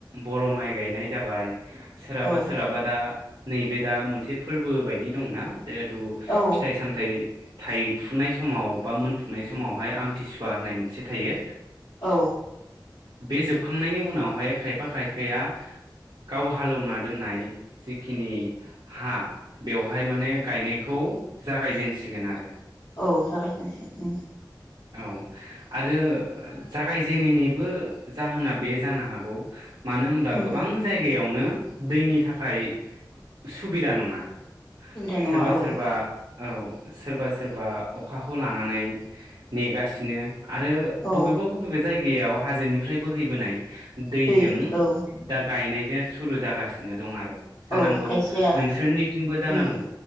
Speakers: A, on the right; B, on the left.
A: बर' माइ गायनाय जाबाय। सोरहाबा
B: औ
A: सोरहाबा दा नैबे दा मोनसे फोरबो बायदि दंना जेहेतु
B: औ
A: नाथाय थाइफुनाय समाव बा मोनफुनाय समावहाय आमथिसुवा होननाय मोनसे थायो।
B: औ।
A: बे जोबखांनायनि उनावहाय खायफा खायफाया गाव हालौवना दोननाय जिखिनि हा बेवहाय माने गायनायखौ जागायजेनसिगोन आरो।
B: औ जागोन। गासै।
A: औ आरो जागायजेननायनिबो जाहोना बे जानो हागौ मानो होनब्ला
B: उम
A: गोबां जायगायावनो दैनि थाखाय सुबिदा नङा।
B: सुबिदा
A: सोरबा
B: नङा औ।
A: सोरबा औ सोरबा सोरबा अखाखौ लानानै नानै नेगासिनो। आरो
B: औ
A: बबेबा बबेबा जायगा याव हाजोनिफ्राय बोहैबोनाय दैजों
B: दै औ
A: दा गायनायजों सुरु जागासिनो दं आरो। जानांगौ
B: औ खायसेया
A: नोंसोरनिथिंबो जानांगौ।
B: उम